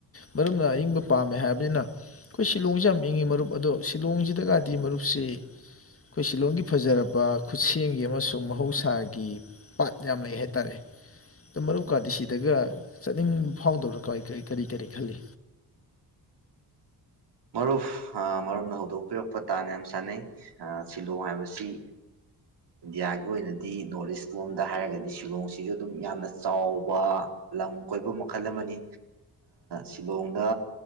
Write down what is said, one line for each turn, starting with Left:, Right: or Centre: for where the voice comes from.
Left: ꯃꯔꯨꯞꯅ ꯑꯏꯪꯕ ꯄꯥꯝꯃꯦ ꯍꯥꯏꯕꯅꯤꯅ ꯑꯩꯈꯣꯏ ꯁꯤꯂꯣꯡꯁꯦ ꯌꯥꯝ ꯏꯪꯉꯤ ꯃꯔꯨꯞ ꯑꯗꯣ ꯁꯤꯂꯣꯡꯁꯤꯗꯒꯗꯤ ꯃꯔꯨꯞꯁꯤ ꯑꯩꯈꯣꯏ ꯁꯤꯂꯣꯡꯒꯤ ꯐꯖꯔꯕ ꯈꯨꯠꯁꯦꯝꯒꯤ ꯑꯃꯁꯨꯡ ꯃꯍꯧꯁꯥꯒꯤ ꯄꯥꯠ ꯌꯥꯝ ꯂꯩ ꯍꯥꯏ ꯇꯥꯔꯦ ꯑ ꯃꯔꯨꯞꯀꯥꯗꯤ ꯁꯤꯗꯒ ꯆꯠꯅꯤꯡꯕ ꯐꯥꯎꯗꯕ꯭ꯔꯥ ꯀꯃꯥꯏ ꯀꯔꯤ ꯀꯔꯤ ꯈꯜꯂꯤ
Right: ꯃꯔꯨꯞ ꯃꯔꯨꯞꯅ ꯍꯧꯗꯣꯛꯄꯤꯔꯛꯄ ꯇꯥꯅ ꯌꯥꯝ ꯁꯥꯟꯅꯩ ꯁꯤꯂꯣꯡ ꯍꯥꯏꯕꯁꯤ ꯏꯟꯗꯤꯌꯥꯒꯤ ꯑꯣꯏꯅꯗꯤ ꯅꯣꯔꯠ ꯏꯁ ꯂꯣꯝꯗ ꯍꯥꯏꯔꯒꯗꯤ ꯁꯤꯂꯣꯡꯁꯤꯁꯨ ꯑꯗꯨꯝ ꯌꯥꯝꯅ ꯆꯥꯎꯕ ꯂꯝ ꯀꯣꯏꯕꯝ ꯃꯈꯜ ꯑꯃꯅꯤ ꯁꯤꯂꯣꯡꯗ